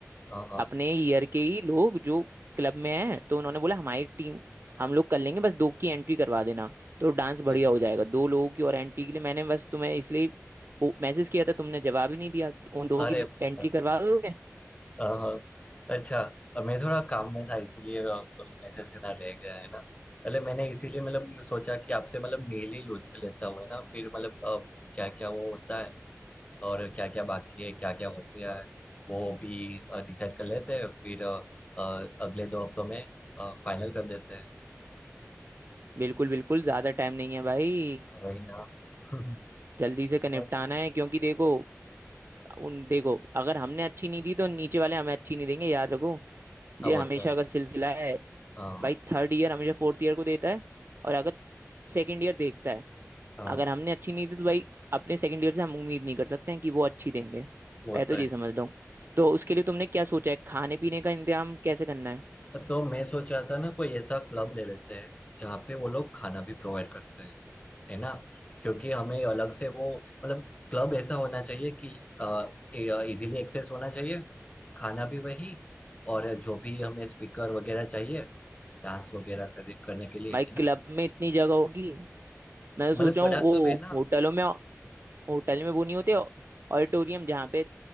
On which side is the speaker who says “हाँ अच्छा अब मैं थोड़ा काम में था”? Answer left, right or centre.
Left